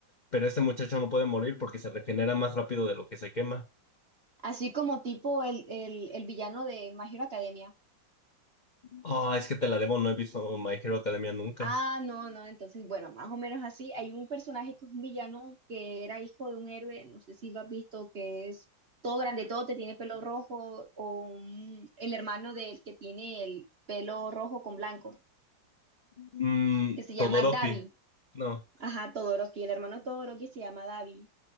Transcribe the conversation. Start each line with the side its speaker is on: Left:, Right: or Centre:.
Left: pero este muchacho no puede morir porque se regenera más rápido de lo que se quema.
Right: Así como tipo el, el, el villano de My Hero Academia.
Left: Ah, es que te la debo, no he visto My Hero Academia nunca.
Right: Ah, no, no, entonces, bueno, más o menos así. Hay un personaje que es un villano que era hijo de un héroe, no sé si lo has visto, que es todo grande, todo te tiene pelo rojo, o un- el hermano del que tiene el pelo rojo con blanco,
Left: Mm,
Right: que se llama
Left: Todoroki,
Right: Davi.
Left: no.
Right: Ajá, Todoroki, el hermano Todoroki se llama Davi.